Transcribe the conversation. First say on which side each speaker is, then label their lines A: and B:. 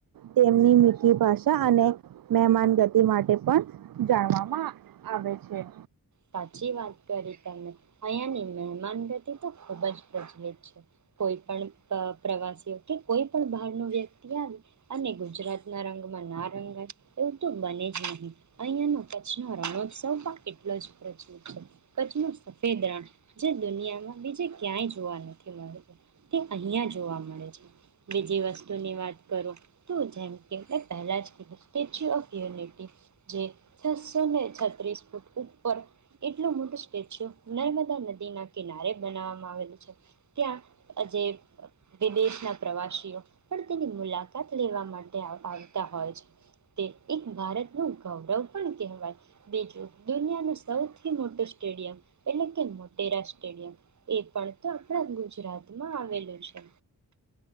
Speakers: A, on the right (about 70°); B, on the right (about 55°).
A: તેમની મીઠી ભાષા અને મહેમાન ગતિ માટે પણ જાણવામાં આવે છે.
B: સાચી વાત કરી તમે, અહિયાયાની મહેમાન ગતિ તો ખૂબ જ પ્રચલિત છે, કોઈ પણ પ્રવાસીઓ કે કોઈ પણ બહાર નુ વ્યક્તિ આવી, અને ગુજરાતના રંગમાં ના રંગાય એવું તો બને જ નહીં, અહિયાયાનો કચ્છ ન રણોત્સવ પણ એટલો જ ચ્છ નુ સફેદ રણ જે દુનિયામાં બીજે ક્યાંય જોવા નથી મળે, તે અહં જોવા મળે છે, બીજી વસ્તુની વાત કરો તો જેમ કે મે પહેલા જ ક સ્ટેચ્યુ ઓફ યુનિટી, જે છસો ને છત્રીસ ફૂટ એટલ મોટું સ્ટેચ્યુ નર્મદા નદી ના કિનારે બનાવવામાં આવેલું છે, ત્યાં આજે વિદેશના પ્રવાસીઓ પણ તેની મુલાકાત લેવા માટે આવતા હોય છે, તે એક ભારતનું ગૌરવ પણ કહેવાય, બીજું દુનિયાનું સૌથી મોટું સ્ટેડિયમ, એટલે કે મોટેરા સ્ટેડિયમ એ પણ તો આપણા ગુજરાતમાં આવેલું છે.